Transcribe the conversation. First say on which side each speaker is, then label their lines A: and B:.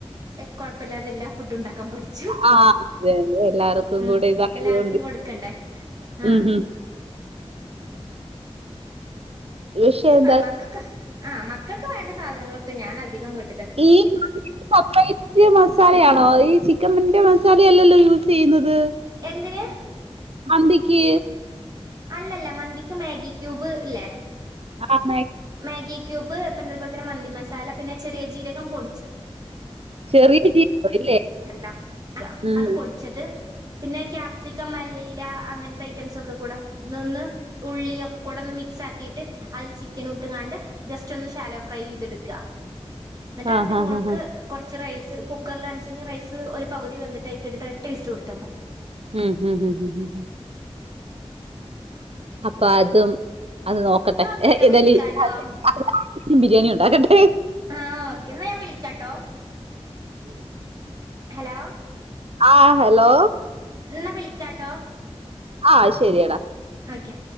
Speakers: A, on the right; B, on the right.
A: കൊഴപ്പില്ലാതെല്ലാ ഫുഡ് ഉണ്ടാക്കും. പഠിച്ചു
B: ആഹ് അതന്നെ എല്ലാർക്കും
A: ഉ ആ
B: കൂടെ ഇതായത്
A: എല്ലാർക്കും
B: കൊണ്ട്
A: കൊടുക്കണ്ടേ? ആഹ്
B: ഉം ഉം പക്ഷെ എന്താ
A: മക്കൾക്ക് ആ മക്കൾക്ക് വേണ്ട സാധനങ്ങളൊക്കെ ഞാൻ അധികം വിട
B: ഈ കപ്പ്‌ ഐസ്ക്രീം മസാലയാണോ ഈചി ചിക്കമ്മിന്റെ മസാലയല്ലല്ലോ യൂസ് ചെയ്യുന്നത്.
A: എന്തിനന്.
B: മന്തിക്ക്.
A: അല്ലല്ല മന്തിക്ക് മാഗി ക്യൂബ് ഇല്ലെ?
B: ആഹ
A: മാഗി ക്യൂബ് പിന്നെ അതുപോലെ തന്നെ മന്തി മസാല പിന്നെ ചെറിയ ജീരകം പൊടിച്ചത്
B: ചെറിയ ജിരകം. ഇല്ലേ
A: ല്ല അ
B: ഉം
A: അത് പൊളിച്ചത് പിന്നെ ക്യാപ്സിക്കം മലീ <unintelligible> ഐറ്റംസ് ഒക്കെ കൂടെ ഇതൊന്ന് ഉള്ളി ഒക്കെ കൂടെ ഒന്ന് മിക്സ്. മിക്സ് ആക്കിയിട്ട് അതിൽ ചിക്കനിട്ട്ങ്ങാണ്ട് ജസ്റ്റ് ഒന്ന് ഷാലോ ഫ്രൈ ചെയ്തെടുക്കുക. ന്നിട്ട്
B: ആഹ്
A: അതിന്റെ
B: ആഹ്
A: മോൾക്ക്
B: ആഹ്
A: കുറച്ച്റൈസ് കുക്കറിലാണെചെങ്കി റൈസ് ഒരു പകുതി വെന്തിട്ടായിക്കിട്ട് ഒരൊറ്റ വിസില് കൊടുത്ത മതി.
B: ഉം ഉം ഉം അപ്പൊ അതും, അത് നോക്കട്ടെ,
A: എന്നാ ഓക്കേട്ടോ
B: ഏതാലും
A: വിളിക്കാട്ടോ
B: ബിരിയാണി ഒണ്ടാക്കട്ടെ.
A: ആ ഓക്കെ എന്നാ ഞാൻ വിളിക്കാട്ടോ. ഹലോ
B: ആ ഹലോ
A: എന്നാ വിളിക്കാട്ടോ.
B: ആ ശരിയടാ.
A: ഓക്കെ